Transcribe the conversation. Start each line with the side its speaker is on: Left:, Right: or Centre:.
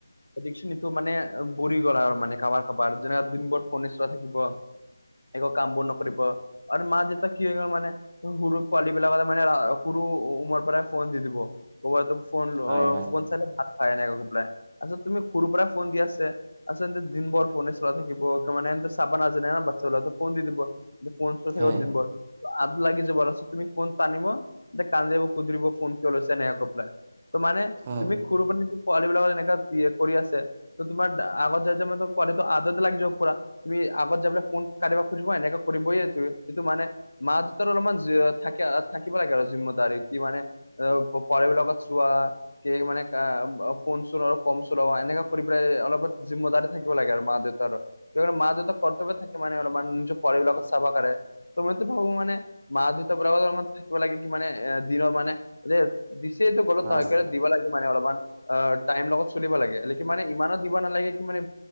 Left: এডিকেচটো মানে বৰি গল আৰু মানে কাবাৰ কাবাৰ যেনেকে দিনবোৰ ওকণি চোৱাই থাকিব একো কামবোৰ নকৰিব আৰু মা - দেউতা কি হৈ গল‌ মানে সৰু পোৱালীবিলাকতে মানে সৰু ওমৰ পৰাই ফোন দি দিব। ম'বাইলটো
Right: হয় হয়
Left: ফোন চাই ভাত খাই নাই হেনেকে হপাই‌ তাৰপিছত তুমি ‌সৰু পৰা ফোন দি আছে, আচলতে দিন বৰ ফোনে চলা থাকিব তাৰমানে চাবা নাজানে নহয় বাচ্ছা বলো ফোন দি দিব, ফোনত কথা
Right: হয়
Left: পাতিব দিন বৰ। আগ লাগি যাব তাৰপাছত তুমি ফোন টানিব তে কান্দিব কুদৰিব ফোন কিয় লৈছা এনেকে‌‌ কৈ পেলাই। ত মানে
Right: হয়
Left: তুমি ‌সৰুবা‌ পোৱালি বিলাক এনেকা কৰি আছে ত তোমাৰ আগত যাই যাই মানে ‌তোমাৰ‌ আদতে লাগি যাব পুৰা। তুমি আগত যাবলৈ ফোন‌ কাটিবা কিবা খুজিব এনেকে কৰিবই তুমি এইটো মানে মা - দেউতাৰ অলপমান থাকে থাকিব লাগে আৰু জিম্মদাৰী কি মানে পোৱালিবিলাকক লগত চোৱা কি মানে কাম আঁহ ফোন চোন আৰু কম চম এনেকা কৰি পেলাই অলপ জিম্মদাৰি থাকিব লাগে আৰু মা- দেউতাৰ মা - দেউতা কৰ্তব্য থাকে মানে অলপ মান নিজৰ পোৱালিবিলাকক চাবা পাৰে। তহ মইটো ভাবো মানে মা - দেউতাৰ পৰা আমাৰ থাকিব লাগে কি মানে এ দিনৰ মানে এতিয়া দিছেটো গলত
Right: হয়
Left: নহয় দিবা লাগে মানে অলপমান অ টাইম লগত চলিব লাগে মানে ইমানো দিব নালাগে কি মানে